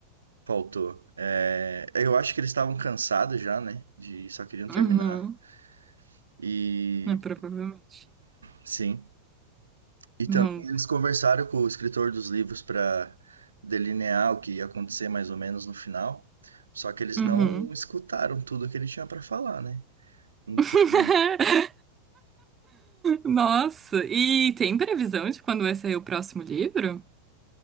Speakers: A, on the right; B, on the right.
A: faltou. É, eu acho que eles estavam cansados já, né? De só queriam terminar.
B: Uhum.
A: E
B: É, provavelmente.
A: sim, E
B: Não.
A: também eles conversaram com o escritor dos livros para delinear o que ia acontecer mais ou menos no final. Só que eles
B: Uhum.
A: não escutaram tudo que ele tinha para falar, né? Então,
B: <laughs> Nossa, e tem previsão de quando vai sair o próximo livro?